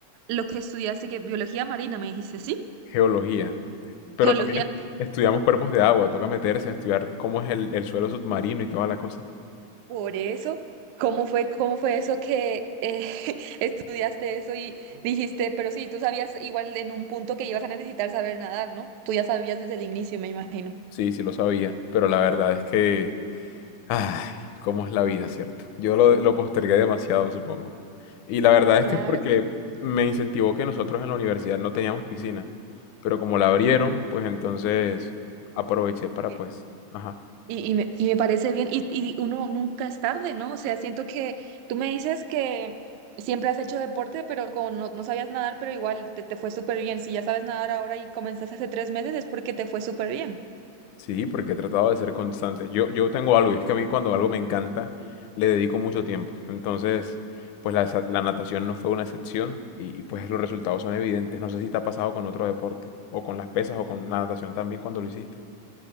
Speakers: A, on the right (about 75°); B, on the left (about 75°).
A: lo que estudiaste, que biología marina, me dijiste, ¿sí?
B: Geología. Pero
A: Geología.
B: también estudiamos cuerpos de agua, toca meterse a estudiar cómo es el, el suelo submarino y toda la cosa.
A: Por eso, ¿cómo fue, cómo fue eso que eh, <laughs> estudiaste eso y dijiste, pero sí, tú sabías igual en un punto que ibas a necesitar saber nadar, ¿no? Tú ya sabías desde el inicio, me imagino.
B: Sí, sí lo sabía, pero la verdad es que, ay, cómo es la vida, ¿cierto? Yo lo, lo postergué demasiado, supongo. Y la verdad
A: Claro.
B: es que es porque me incentivó que nosotros en la universidad no teníamos piscina, pero como la abrieron, pues entonces aproveché para
A: Ok.
B: pues, ajá,
A: Y, y me, y me parece bien, y, y uno nunca es tarde, ¿no? O sea, siento que tú me dices que siempre has hecho deporte, pero como no, no sabías nadar, pero igual te, te fue súper bien. Si ya sabes nadar ahora y comenzaste hace tres meses, es porque te fue súper bien.
B: Sí, porque he tratado de ser constante. Yo, yo tengo algo, y es que a mí cuando algo me encanta, le dedico mucho tiempo. Entonces, pues la, sa- la natación no fue una excepción y, y, pues los resultados son evidentes. No sé si te ha pasado con otro deporte, o con las pesas, o con la natación también cuando lo hiciste.